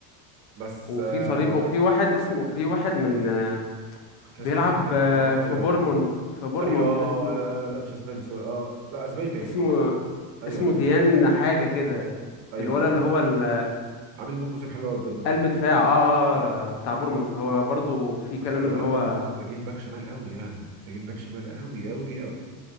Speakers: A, on the right; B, on the left.
A: بس
B: وفي
A: آه
B: صليب وفي واحد اسمه في واحد من آه،
A: اسباني
B: بيلعب
A: كده
B: آه،
A: اه
B: في
A: ايوه
B: بورمونث
A: ايوه
B: في بورمونث
A: ايوه اه
B: اسمه
A: آه، لا مش اسباني سوري اه لا اسباني باين
B: اسمه
A: اه ايوه
B: اسمه
A: انا
B: ديان حاجة كده
A: ايوه
B: الولد اللي
A: انا
B: هو ال-
A: عامل موسم حلو قوي بجد معاه
B: قلب دفاع اه
A: يعني.
B: اه بتاع بورموث هو برضو في
A: بس
B: كلام
A: خلي
B: ان
A: بالك
B: هو
A: برضه محتاجين باك شمال قوي يعني محتاجين باك شمال قوي قوي قوي